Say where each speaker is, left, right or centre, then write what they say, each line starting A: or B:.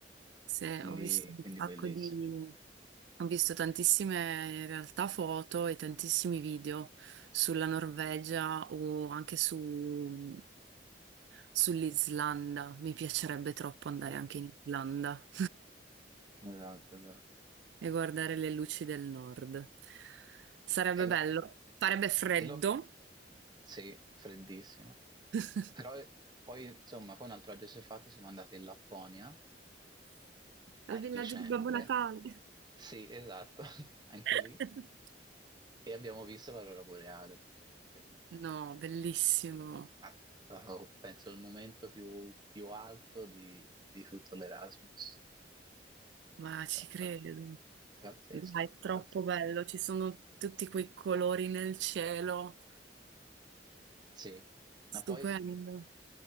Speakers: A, on the right (about 70°); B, on the right (about 25°).
A: Se
B: Quindi,
A: ho visto un
B: quindi
A: sacco
B: bellissimo.
A: di... Ho visto tantissime in realtà foto e tantissimi video sulla Norvegia o anche su... sull'Islanda. Mi piacerebbe troppo andare
B: Eh,
A: anche in Islanda
B: Esatto, esatto.
A: <laughs> e guardare le luci del nord. Sarebbe
B: E
A: bello.
B: lo,
A: Farebbe freddo.
B: e lo- sì, freddissimo.
A: <laughs>
B: Però eh, poi, insomma, poi un altro viaggio si è fatto, siamo andati in Lapponia a
A: al villaggio
B: dicembre.
A: di Babbo Natale.
B: Sì, esatto, <laughs> anche
A: <laughs>
B: lì. E abbiamo visto l'aurora boreale. Quindi,
A: No, bellissimo,
B: eh, Ma è stato, penso, il momento più, più alto di, di tutto l'Erasmus.
A: ma ci
B: Eh,
A: credo.
B: pa- Pazzesco,
A: Dai, è troppo
B: pazzesco.
A: bello, ci sono tutti quei colori nel cielo,
B: Sì, ma
A: stupendo.
B: poi,